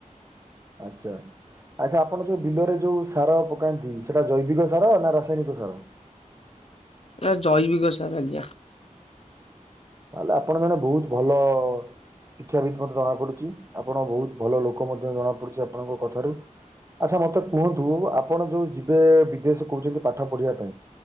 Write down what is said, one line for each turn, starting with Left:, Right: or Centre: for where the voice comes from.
Right: ଆଚ୍ଛା। ଆଚ୍ଛା ଆପଣ ଯୋଉ ବିଲରେ ଯୋଉ ସାର ପକାନ୍ତି ସେଟା ଜୈବିକ ସାର ନା ରାସାୟନିକ ସାର? <inaudible>
Left: ଏ ଜୟବିକ ସାର ଆଜ୍ଞା।
Right: ତାହେଲେ ଆପଣ ମାନେ ବହୁତ ଭଲ ଶିକ୍ଷାବିତ୍ ମଧ୍ୟ ଜଣା ପଡୁଛି ଆପଣ ବହୁତ ଭଲ ଲୋକ ମଧ୍ୟ ଜଣା ପଡୁଛି ଆପଣଙ୍କ କଥାରୁ ଆଚ୍ଛା, ମତେ କୁହନ୍ତୁ ଆପଣ ଯୋଉ ଯିବେ ବିଦେଶ କହୁଛନ୍ତି ପାଠ ପଢିବା ପାଇଁ